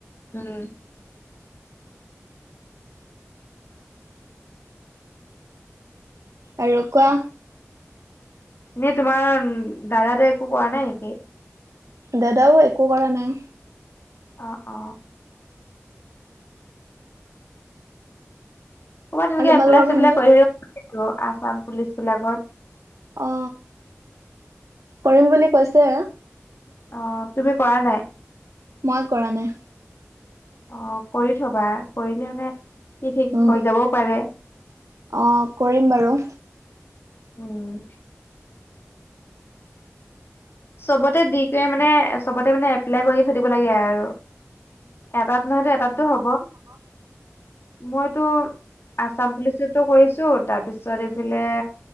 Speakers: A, on the left; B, on the right.
A: উম
B: আৰু কোৱা
A: এ তোমাৰ দাদা তাই একো কৰা নাই নেকি
B: দাদাও একো কৰা নাই
A: অ অ ক'বাত তেনেকে
B: আৰু তোমালোকৰ
A: এপ্লাই চপ্লাই
B: ভণ্টি?
A: কৰি আছাম পুলিচ বিলাকত
B: অ কৰিম বুলি কৈছে
A: অ তুমি কৰা নাই?
B: মই কৰা নাই
A: অ কৰি থবা কৰিলে মানে কি ঠিক
B: উম
A: হৈ যাবও পাৰে
B: অ কৰিম বাৰু
A: উম চবতে দি কৰি মানে চবতে মানে এপ্লাই কৰি থধিব লাগে আৰু এটাত নহয় এটাততো হব
B: অ
A: মইতো আছাম পুলিচটো কৰিছো তাৰপিছত এইফালে
B: উম